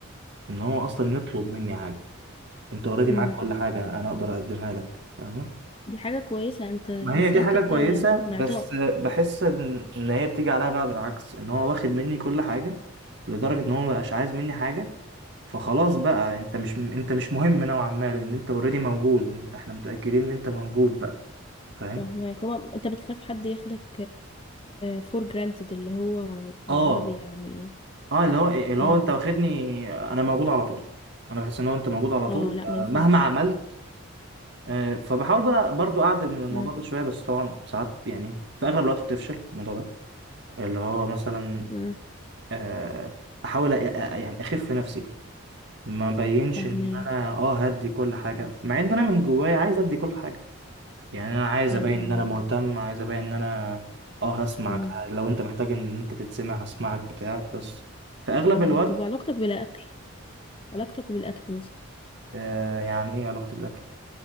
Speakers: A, on the right; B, on the left.
A: ان هو اصلا يطلب مني حاجه انت اوريدي
B: مم.
A: معاك كل حاجه انا اقدر اقدمها لك فاهم؟
B: دي حاجة كويسة انت انسان
A: ما هي دي حاجة
B: كده
A: كويسة
B: معطاء
A: بس بحس إن إن هي بتيجي عليها بقى بالعكس إن هو واخد مني كل حاجة لدرجة إن هو مبقاش عايز مني حاجة فخلاص بقى أنت مش أنت مش مهم نوعا ما لأن أنت أوريدي موجود أنت إحنا متأكدين إن أنت موجود بقى فاهم؟
B: فاهمك هو انت بتخاف حد ياخدك فور جرانتد اللي هو بالعربي
A: آه
B: يعني ايه
A: آه اللي هو إيه؟ اللي
B: اه
A: هو أنت واخدني أنا موجود على طول أنا بحس إن هو أنت موجود على طول
B: اه لا
A: آه،
B: ما ينفعش
A: مهما عملت آه، فبحاول بقى برضو أعدل من الموضوع
B: مم،
A: ده شوية بس طبعا ساعات يعني في أغلب الوقت بتفشل الموضوع ده اللي هو مثلا
B: مم،
A: آه، احاول أ- أ- يعني اخف نفسي ما بينش
B: فاهماك
A: ان انا اه هدي كل حاجه مع ان انا من جوايا عايز ادي كل حاجه يعني انا عايز
B: ايوه
A: ابين
B: فاهماك
A: ان انا مهتم عايز ابين ان انا اه هسمعك
B: مم،
A: لو انت محتاج ان انت تتسمع هسمعك بتاع بس في اغلب
B: فاهماك
A: الوقت
B: طب وعلاقتك بالاكل علاقتك بالاكل مثلا
A: آه يعني ايه علاقتي بالاكل